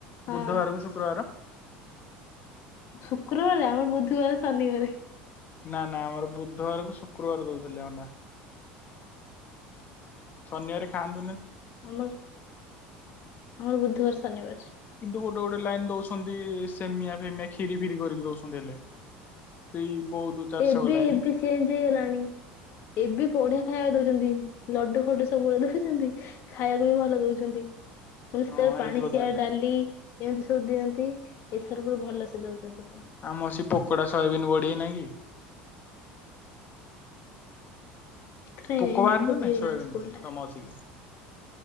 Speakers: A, on the left; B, on the left.
A: ହଁ
B: ବୁଧବାର କୁ ଶୁକ୍ରବାର
A: ଶୁକ୍ରବାର ଆମର ବୁଧବାର ଶନିବାର
B: ନା ନା ଆମର ବୁଧବାରକୁ ଶୁକ୍ରବାର ଦଉଥିଲେ ଅଣ୍ଡା ସନିବାରେ ଖାଆନ୍ତି।
A: ଆମର ଆମର ବୁଧ ବୁଧୁବାର ଶନିବାର
B: କିନ୍ତୁ ଗୋଟେ ଗୋଟେ ଲାଇନ ଦଉଛନ୍ତି ସେମିଆ ଫେମିଆ ଖିରି ଫିରି କରିକି ଦଉଛନ୍ତି ହେଲେ। ସେଇ ବହୁତ ଚାରିଶହ
A: ଏବେ
B: ଲାଇନ
A: ଏବେ ଚେଚ୍ ହେଇଗଲାଣି ଏବେ ବଢିଆ ଖାଇବାକୁ ଦଉଛନ୍ତି ଲଡୁ ଫଡୁ ସବୁବେଳେ ଦଉଛନ୍ତି ଖାଇବାକୁ ବି ଭଲ ଦଉଛନ୍ତି। ମାନେ କଣ ସେଟାରେ
B: ହଁ ହେଇଥିବ
A: ପାଣିଚିଆ
B: ତାହେଲେ
A: ଡାଲି ଏମିତି ସବୁ ଦିଅନ୍ତି ଏଥର ପୁରା ଭଲସେ ଦଉଛନ୍ତି।
B: ଆମ ସେ ପକୋଡା ସୟାବନ୍ ବଢି ନା କି।
A: କଣ
B: ପୋକ
A: ଇମ୍ପ୍ରୁଭ
B: ବାହାରିଲେ ନାଇଁ
A: ହେଇଗଲାଣି
B: ସୋୟାବିନ
A: ସ୍କୁଲ
B: ରେ
A: ଟା
B: ତମ ଆସିକି